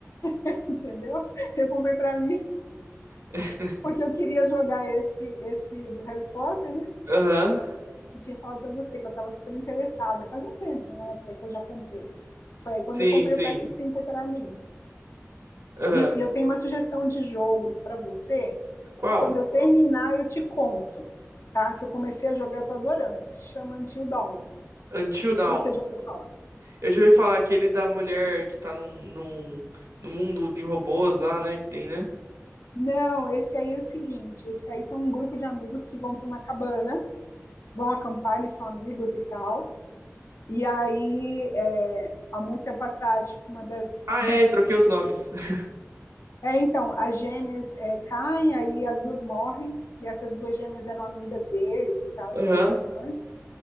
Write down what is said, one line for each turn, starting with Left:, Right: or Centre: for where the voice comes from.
Left: <laughs> entendeu? Eu comprei para mim,
Right: <laughs>
Left: porque eu queria jogar esse, esse do Harry Potter, né?
Right: Aham.
Left: Eu tinha falado para você que eu estava super interessada, faz um tempo, né? Até que eu já comprei. Foi aí quando
Right: Sim,
Left: eu comprei
Right: sim.
Left: o PS5 para mim,
Right: Aham.
Left: viu? E eu tenho uma sugestão de jogo para você
Right: Qual?
Left: Quando eu terminar, eu te conto, tá? Que eu comecei a jogar, eu tô adorando. Se chama Until Dawn. Não
Right: Until
Left: sei
Right: Dawn.
Left: se você já ouviu falar.
Right: Eu já ouvi falar aquele da mulher que tá num, num, num mundo de robôs lá, né? Que tem, né?
Left: Não, esse aí é o seguinte, esse aí são um grupo de amigos que vão para uma cabana, vão acampar, eles são amigos e tal. E aí, é, há muito tempo atrás, tipo, uma das,
Right: Ah,
Left: uma,
Right: é, eu troquei os nomes. <laughs>
Left: é, então, as gêmeas é, caem, aí as duas morrem, e essas duas gêmeas eram amigas deles e tal,
Right: Aham.
Left: essas duas irmãs.